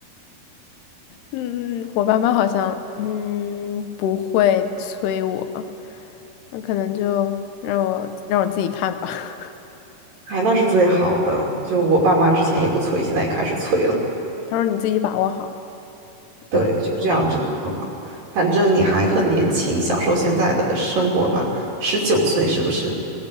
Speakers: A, on the left (about 85°); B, on the right (about 60°).
A: 嗯，我爸妈好像嗯不会催我，那可能就让我让我自己看吧。<laughs>
B: 哎，那是最好的。就我爸妈之前也不催，现在也开始催了。
A: 他说你自己把握好。
B: 对，
A: 然后没，
B: 我觉得这样真的很好。反正你还很年轻，享受现在的生活吧。十九岁是不是？